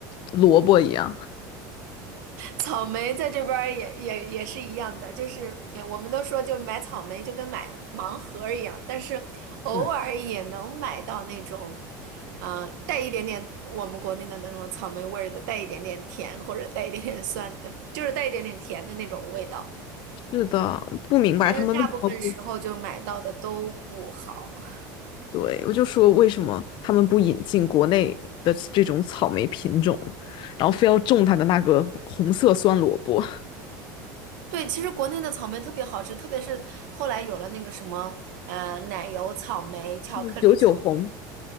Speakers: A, on the left (about 55°); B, on the right (about 80°).
A: 萝卜一样。
B: 草莓在这边儿也也也是一样的，就是哎我们都说就买草莓就跟买盲盒儿一样，但是偶尔也能买到那种，
A: 嗯，
B: 啊、带一点点我们国内的那种草莓味儿的，带一点点甜或者带一点点酸，呃，就是带一点点甜的那种味道。
A: 是的，不明白他们为什么不
B: 但是大部分时候就买到的都不好。<laughs>
A: 对，我就说为什么他们不引进国内的这种草莓品种，然后非要种它的那个红色酸萝卜，
B: 对，其实国内的草莓特别好吃，特别是后来有了那个什么，呃，奶油草莓、巧克力草，
A: 嗯，九九红，